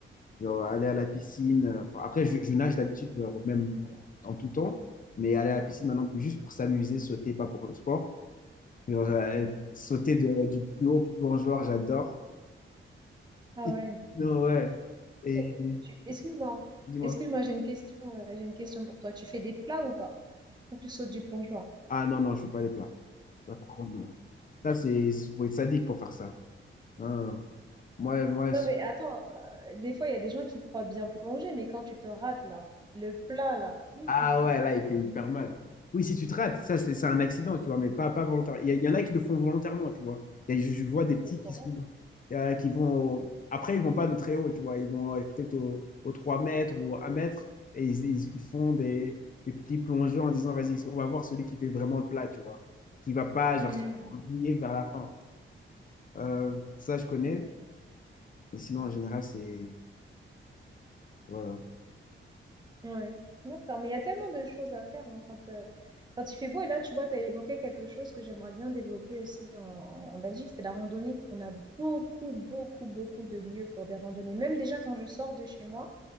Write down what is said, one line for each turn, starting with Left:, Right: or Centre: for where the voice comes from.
Left: genre, aller à la piscine. euh, enfin, après, je, je nage d'habitude, genre, même en, en tout temps, mais aller à la piscine maintenant, plus juste pour s'amuser, sauter, pas pour le sport. Genre, euh,
Right: Mm.
Left: Sauter de- du plus haut plongeoir, j'adore.
Right: Ah
Left: Et-
Right: ouais.
Left: Non, ouais. Et
Right: C'est-
Left: et-
Right: tu- Excuse-moi.
Left: dis-moi.
Right: Excuse-moi, j'ai une question. euh, j'ai une question pour toi. Tu fais des plats ou pas? Quand tu sautes du plongeoir.
Left: Ah non, non, je fais pas les plats. Ça, par contre, non. Ça, c'est, faut être sadique pour faire ça. Non, non, non. Moi, moi,
Right: Non, mais attends, euh, des fois, il y a des gens qui croient bien plonger, mais quand tu te rates, là, le plat, là, hi,
Left: Ah
Right: hi,
Left: ouais,
Right: hi.
Left: là, il fait hyper mal. Oui, si tu te rates, ça, c'est c'est
Right: Ouais,
Left: un accident, tu vois, mais pas, pas volontaire.
Right: ouais.
Left: Il y, a- il y en a qui le font volontairement, tu vois. Il y a- je, je vois des petits
Right: Quel courage.
Left: qui sont, euh, qui vont, au- après, ils vont pas de très haut, tu vois. Ils vont euh, peut-être au, au 3 mètres ou à 1 mètre et ils, ils- ils font des, des petits plongeons en disant, vas-y, on va voir celui qui fait vraiment le plat, tu vois. Qui va pas, genre,
Right: Mhm.
Left: se rouiller vers la fin. Euh, ça, je connais.
Right: D'accord.
Left: Mais sinon, en général, c'est, voilà.
Right: Ouais. D'accord, mais il y a tellement de choses à faire hein, quand, euh, quand il fait beau. Et là, tu vois, tu as évoqué quelque chose que j'aimerais bien développer aussi en, en- en Belgique, c'est la randonnée. On a beaucoup, beaucoup, beaucoup de lieux pour des randonnées. Même déjà quand je sors de chez moi,